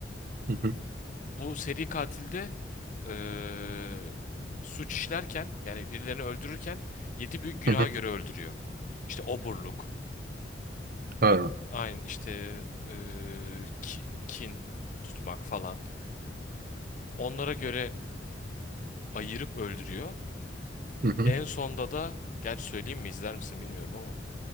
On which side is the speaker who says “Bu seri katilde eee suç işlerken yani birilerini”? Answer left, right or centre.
Left